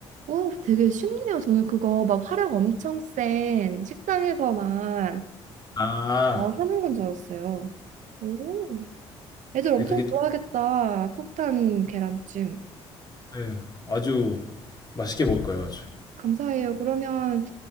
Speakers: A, on the right; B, on the left.
A: 어, 되게 쉽네요. 저는 그거 막 화력 엄청 센 식당에서만
B: 아
A: 어, 하는 건 줄 알았어요. 오, 애들 엄청
B: 근데 그게
A: 좋아하겠다. 폭탄 계란찜.
B: 예, 아주 맛있게 먹을 거예요 아주.
A: 감사해요. 그러면